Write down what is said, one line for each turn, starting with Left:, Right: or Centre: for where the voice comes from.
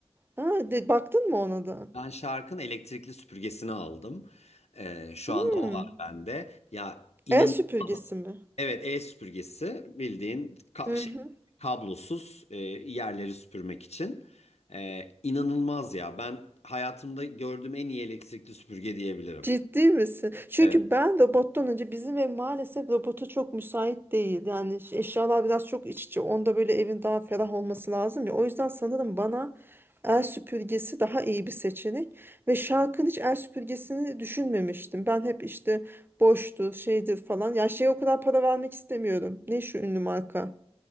Right: ha, de, baktın mı ona da?
Left: Ben şarkın elektrikli süpürgesini aldım. Ee, şu
Right: Hmm.
Left: anda o var bende. Ya inanılmaz.
Right: El süpürgesi mi?
Left: Evet el süpürgesi bildiğin ka-
Right: Hı
Left: şey, kablosuz e, yerleri süpürmek için. Ee, inanılmaz ya. Ben hayatımda gördüğüm en iyi elektrikli süpürge diyebilirim.
Right: Ciddi misin? Çünkü
Left: Evet.
Right: ben robottan önce bizim ev maalesef robota çok müsait değil. Yani ş- eşyalar biraz çok iç içe. Onda böyle evin daha ferah olması lazım ya. O yüzden sanırım bana el süpürgesi daha iyi bir seçenek. Ve Shark'ın hiç el süpürgesini düşünmemiştim. Ben hep işte boştur, şeydir falan. Ya şeye o kadar para vermek istemiyorum. Ne şu ünlü marka?